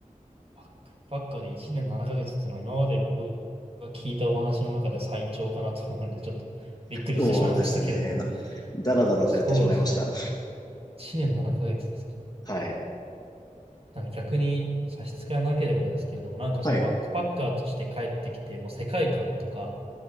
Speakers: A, on the right; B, on the left.
A: バックパッカーで1年7ヶ月っていうのは今まで僕が聞いたお話の中で最長かなと思うので、ちょっとびっくりしてしまいましたけれども。
B: そうですね。ね。なんか、だらだらとやってしまいました。
A: そうですね。1年7ヶ月ですか。
B: はい。
A: なんか逆に差し支えなければですけれども、なんかそのバックパッカーとして帰ってきて、
B: はい。
A: もう世界観とか、